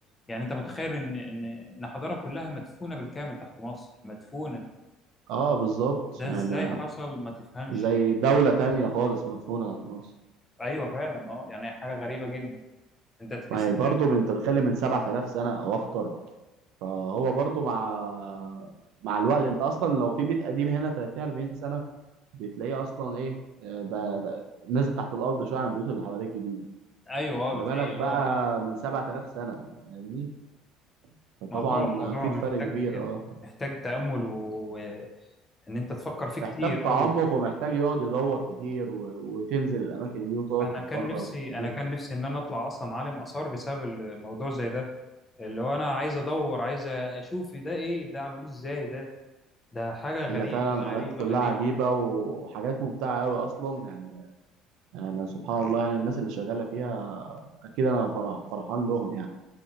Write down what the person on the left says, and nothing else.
يعني انت متخيل ان ان ان حضاره كلها مدفونه بالكامل تحت مصر مدفونه
ده
ازاي حصل ما تفهمش
ايوه فعلا اه يعني حاجه غريبه جدا انت تحس
ايوه اه
بتلاقي
اللي
هو
موضوع موضوع
محتاج
محتاج تامل و... ان انت تفكر فيه كتير
قوي
انا
كان نفسي
انا كان نفسي ان انا اطلع اصلا عالم اثار بسبب الموضوع زي ده اللي هو انا عايز ادور عايز اشوف ده ايه ده عملوه ازاي ده ده حاجه غريبه
غريبه
غريبه